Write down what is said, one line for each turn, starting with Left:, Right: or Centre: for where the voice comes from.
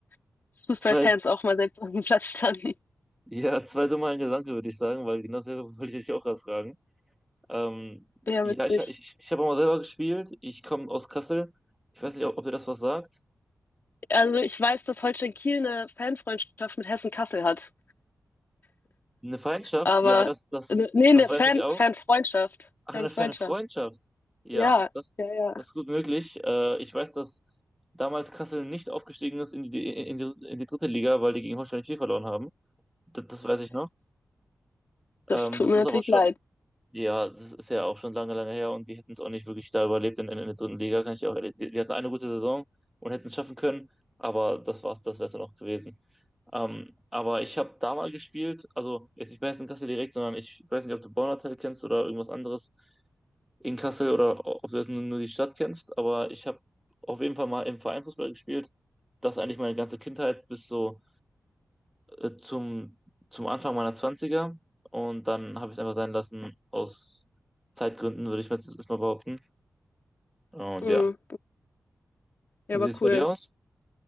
Left: dass Fußballfans
Centre: Zwei,
Left: auch mal selbst auf dem Platz standen. <laughs>
Centre: ja, zwei dumme Gedanke, würde ich sagen, weil genau selber wollte ich dich auch gerade fragen. Ähm,
Left: Ja,
Centre: ja,
Left: witzig.
Centre: ich, ich, ich habe auch mal selber gespielt. Ich komme aus Kassel. Ich weiß nicht, ob, ob ihr das was sagt.
Left: Also ich weiß, dass Holstein Kiel eine Fanfreundschaft mit Hessen Kassel hat,
Centre: Eine Feindschaft,
Left: aber
Centre: ja, das, das,
Left: ne- nee, eine
Centre: das weiß
Left: Fan,
Centre: ich auch.
Left: Fanfreundschaft,
Centre: Ach,
Left: Fanfreundschaft.
Centre: eine ferne Freundschaft. Ja,
Left: Ja,
Centre: das,
Left: ja, ja.
Centre: das ist gut möglich. Äh, ich weiß, dass damals Kassel nicht aufgestiegen ist in die, in die, in die dritte Liga, weil die gegen Holstein Kiel verloren haben. Das, das weiß ich noch.
Left: Das
Centre: Ähm,
Left: tut
Centre: das
Left: mir
Centre: ist
Left: natürlich
Centre: aber schon
Left: leid.
Centre: Ja, das ist ja auch schon lange, lange her und die hätten es auch nicht wirklich da überlebt in, in, der dritten Liga, kann ich auch ehrlich. Die, die hatten eine gute Saison und hätten es schaffen können, aber das war's, das wäre es dann auch gewesen. Ähm, aber ich habe da mal gespielt, also jetzt nicht bei Hessen Kassel direkt, sondern ich weiß nicht, ob du Bonner Hotel kennst oder irgendwas anderes in Kassel oder o- ob du jetzt nur, nur die Stadt kennst, aber ich habe auf jeden Fall mal im Verein Fußball gespielt. Das eigentlich meine ganze Kindheit bis so äh, zum, zum Anfang meiner Zwanziger und dann habe ich es einfach sein lassen aus Zeitgründen, würde ich mir jetzt erstmal behaupten. Und
Left: Mm,
Centre: ja.
Left: ja,
Centre: Wie
Left: aber
Centre: sieht es bei
Left: cool.
Centre: dir aus?